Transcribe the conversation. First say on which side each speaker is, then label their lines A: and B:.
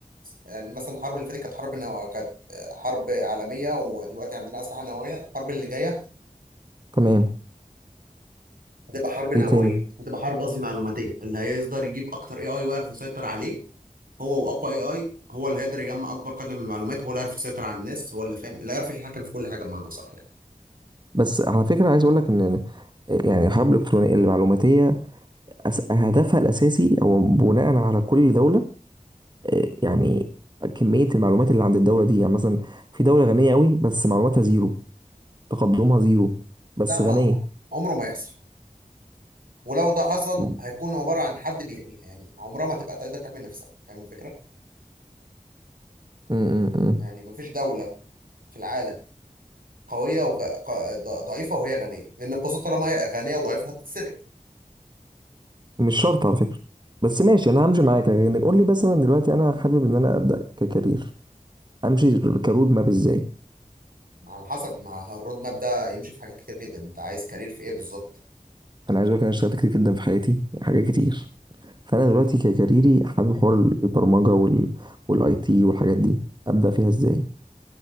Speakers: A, on the right; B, on the right.
A: يعني مثلا الحرب اللي فاتت كانت حرب نو... كانت حرب عالمية ودلوقتي عندنا أسلحة نووية الحرب اللي جاية
B: تمام
A: هتبقى حرب نووية
B: ايه تاني
A: هتبقى حرب قصدي معلوماتية اللي هيقدر يجيب أكتر اي اي ويعرف يسيطر عليه هو وأقوى اي اي هو اللي هيقدر يجمع أكبر قدر من المعلومات هو اللي يعرف يسيطر على الناس هو اللي فاهم اللي يعرف يتحكم في كل حاجة بمعنى صح يعني
B: بس على فكرة عايز أقول لك إن يعني الحرب الإلكترونية المعلوماتية أس- هدفها الأساسي هو بناء على كل دولة آه، يعني كمية المعلومات اللي عند الدولة دي يعني مثلا في دولة غنية أوي بس معلوماتها زيرو تقدمها زيرو بس
A: لا ما
B: غنية
A: عمره ما يحصل ولو ده حصل
B: م-
A: هيكون عبارة عن حد بيحميها يعني عمرها ما تبقى تقدر تحمي نفسها فاهم الفكرة؟
B: م- م.
A: يعني مفيش دولة في العالم قوية وغ... ق- ض- ضعيفة وهي غنية لأن البساطة طالما هي غنية وضعيفة هتتسرق
B: مش شرط على فكرة بس ماشي أنا همشي معاك لكن قول لي مثلا دلوقتي أنا حابب إن أنا أبدأ ككارير أمشي كرود ماب إزاي
A: على حسب ما الرود ماب ده يمشي في حاجات كتير جدا أنت عايز كارير في إيه بالظبط
B: أنا عايز أقول لك إن أنا اشتغلت كتير جدا في حياتي يعني حاجات كتير فانا دلوقتي ككاريري حابب حوار البرمجه وال والاي تي والحاجات دي ابدا فيها ازاي